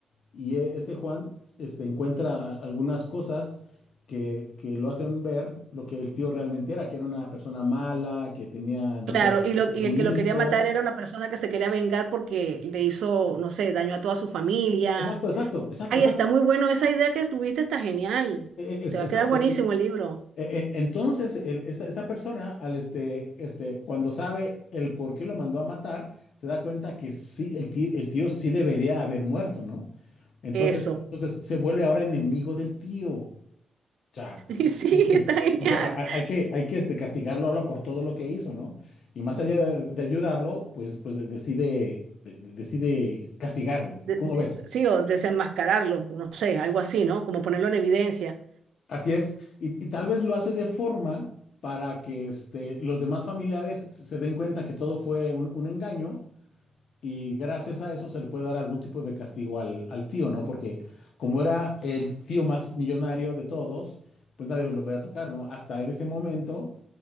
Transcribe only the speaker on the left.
y eh, este Juan este, encuentra a- algunas cosas que, que lo hacen ver lo que el tío realmente era, que era una persona mala, que tenía, no
sé,
algún
hijo.
Exacto, exacto, exacto,
exacto,
e- e- es-
exacto.
Y,
e- e- Entonces, el- esta, esta persona, al este, este, cuando sabe el por qué lo mandó a matar, se da cuenta que sí, el tío, el tío sí debería haber muerto, ¿no? Entonces,
entonces se vuelve ahora enemigo del tío. O sea,
¿sí-
sí-
sí entiendes?
Porque a- a- hay que, hay que este, castigarlo ahora por todo lo que hizo, ¿no? Y más allá de, de ayudarlo, pues, pues de- decide, de- de- decide castigarlo.
¿Cómo
ves?
Así es, y, y tal vez lo hace de forma para que este, los demás familiares se den cuenta que todo fue un, un engaño y gracias a eso se le puede dar algún tipo de castigo al, al tío, ¿no? Porque como era el tío más millonario de todos, pues nadie lo podía tocar, ¿no? Hasta en ese momento,